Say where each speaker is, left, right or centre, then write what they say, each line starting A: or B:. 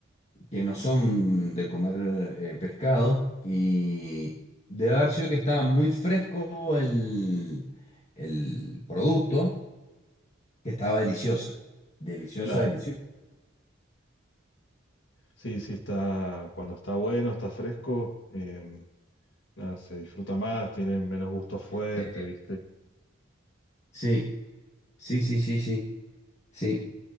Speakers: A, on the left (about 35°); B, on the left (about 60°).
A: que no son de comer eh, pescado, y de haber sido que estaba muy fresco el, el producto, que estaba deliciosa. Deliciosa,
B: Claro.
A: deliciosa.
B: Sí, sí, está. Cuando está bueno, está fresco, em, nada, se disfruta más, tiene menos gusto fuerte,
A: Eh,
B: ¿viste?
A: Sí, sí, sí, sí, sí, sí.